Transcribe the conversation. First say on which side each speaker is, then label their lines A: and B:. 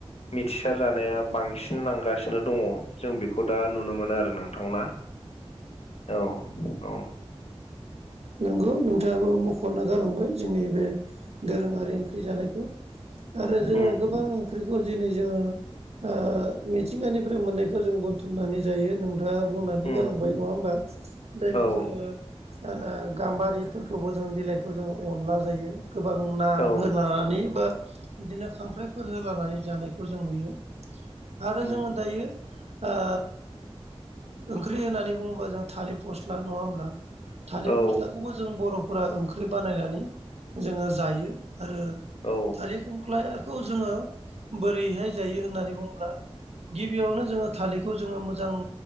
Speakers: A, on the left; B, on the right.
A: मिथिसार जानाया बांसिन लांगासिनो दङ जों बे खौ दा नुनो मोनो आरो नोंथांना औ औ
B: नंगौ नोंथाङाबो मख'ना गालांबाय जोंनि बे दोरोङारि ओंख्रि जानायखौ आरो जोङो
A: उम
B: गोबां ओंख्रिखौ दिनै जोङो ओ मिथिंगानिफ्राय मोननाय खौ जों बुथुमनानै जायो नोंथाङा बुंनानै
A: उम
B: गालांबाय नङा होमबा जायखौ
A: औ
B: जोङो आ आ गाम्बारिफोरखौबो जों बिलाइखौ जों अनला जायो। गोबां ना
A: औ
B: होलानानै बा बिदिनो खांख्राइफोर होलानानै जानायखौ जों नुयो। आरो
A: उम
B: जोङो दायो ओ ओंख्रि होननानै बुङोबा जों थालिर फस्ला नङा होमब्ला थालिर
A: औ
B: फ खौ बर' ओंख्रि बानायनानै जोङो जायो आरो
A: औ
B: थालिर खुंख्लखौ जोङो बोरैहाय जायो होननानै बुङोब्ला गिबियावनो जोङो थालिरखौ जोङो मोजां